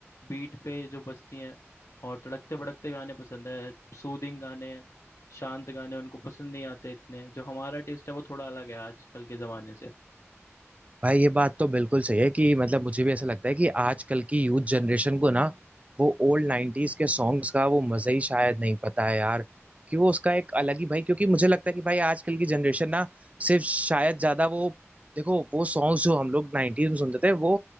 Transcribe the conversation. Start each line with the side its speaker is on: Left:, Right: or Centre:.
Left: बीट पे जो बजती हैं और तड़कते भड़कते गाने पसंद है सूदिंग गाने शांत गाने उनको पसंद नहीं आते इतने जो हमारा टेस्ट है वो थोड़ा अलग है आजकल के ज़माने से
Right: भाई ये बात तो बिल्कुल सही है कि मतलब मुझे भी ऐसा लगता है कि आजकल की यूथ जनरेशन को ना वो ओल्ड नाइन्टीज के सॉन्ग्स का वो मज़ा ही शायद नहीं पता है यार कि वो उसका एक अलग ही भाई क्योंकि मुझे लगता है कि भाई आजकल की जनरेशन ना सिर्फ शायद ज़्यादा वो देखो वो सॉन्ग्स जो हम लोग नाइन्टीज में सुनते थे वो